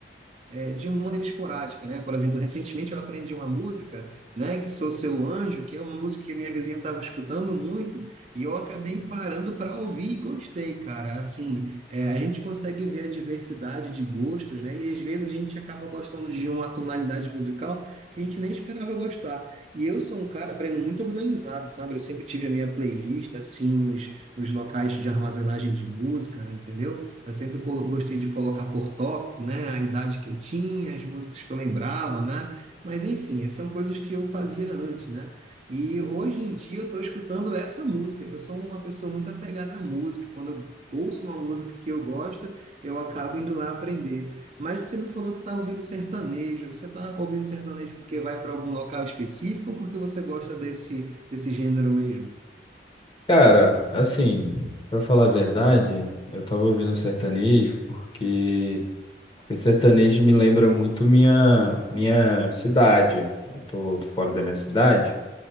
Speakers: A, on the right; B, on the left.
A: é, de uma maneira esporádica, né? Por exemplo, recentemente eu aprendi uma música, né, que Sou Seu Anjo, que é uma música que a minha vizinha estava escutando muito, e eu acabei parando para ouvir e gostei, cara. Assim, é, a gente consegue ver a diversidade de gostos, né? E às vezes a gente acaba gostando de uma tonalidade musical que a gente nem esperava gostar. E eu sou um cara, Breno, muito organizado, sabe? Eu sempre tive a minha playlist, assim, nos, nos locais de armazenagem de música, entendeu? Eu sempre colo- gostei de colocar por tópico, né? A idade que eu tinha, as músicas que eu lembrava, né? Mas enfim, são coisas que eu fazia antes, né? E hoje em dia eu estou escutando essa música. Eu sou uma pessoa muito apegada à música. Quando eu ouço uma música que eu gosto, eu acabo indo lá aprender. Mas você me falou que está ouvindo sertanejo. Você está ouvindo sertanejo porque vai para algum local específico ou porque você gosta desse, desse gênero mesmo?
B: Cara, assim, pra falar a verdade, eu tava ouvindo um sertanejo porque porque sertanejo me lembra muito minha minha cidade. Eu tô fora da minha cidade.